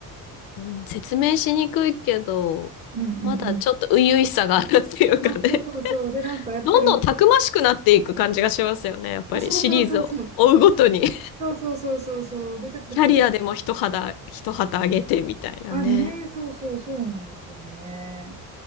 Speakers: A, on the left; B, on the right.
A: うん、説明しにくいけど、
B: うんうんうん。
A: まだちょっと初々しさがあるっていうかね。
B: あ、そうそうそう。で、なんかやっぱり、
A: <laughs> どんどんたくましくなっていく感じがしますよね。やっぱりシリーズを追うごとに。
B: あ、そうそうそうそう。
A: <laughs>
B: そうそうそうそうそう。で、ちょっとくる。
A: キャリアでも一肌、一旗あげてみたいなね。
B: あ、ねえ、そうそうそうなんですよね。